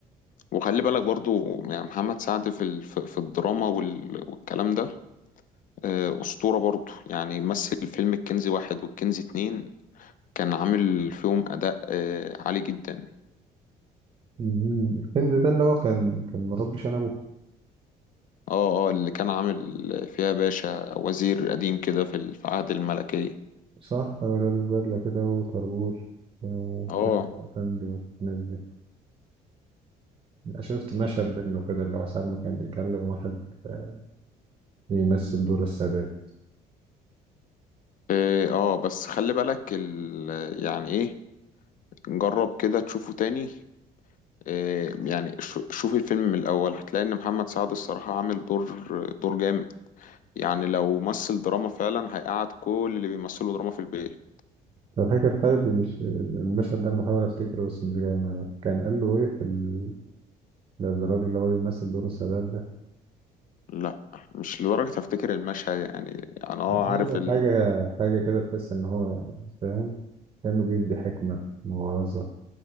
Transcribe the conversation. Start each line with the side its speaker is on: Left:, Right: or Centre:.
Left: وخلي بالك برضو يعني محمد سعد في ال- في في الدراما وال- والكلام ده آه، أسطورة برضو يعني مثل فيلم الكنز واحد والكنز اتنين كان عامل فيهم أداء آه، عالي جدا
Right: مهم. الفيلم ده اللي هو كان كان مربي شنبه
Left: اه اه اللي كان عامل فيها باشا وزير قديم كده في ال- في عهد الملكية
Right: صح هو لابس بدلة كده وطربوش آه،
Left: اه
Right: كان أفندي والناس دي شفت مشهد منه كده اللي هو ساعة ما كان بيكلم واحد آه، بيمثل دور السادات
Left: اه آه، بس خلي بالك ال يعني ايه جرب كده تشوفه تاني آه، يعني شو- شوف الفيلم من الأول هتلاقي إن محمد سعد الصراحة عامل دور دور جامد يعني لو مثل دراما فعلا هيقعد كل اللي بيمثلوا دراما في البيت
Right: أنا فاكر طيب مش المشهد ده أنا بحاول أفتكره بس مش جاي معايا كان قال له إيه في ال... للراجل اللي هو بيمثل دور السادات ده
Left: لا مش لدرجة افتكر المشهد يعني انا اه
Right: قال
Left: عارف
Right: له
Left: ال...
Right: حاجة حاجة كده تحس إن هو فاهم كأنه بيدي حكمة موعظة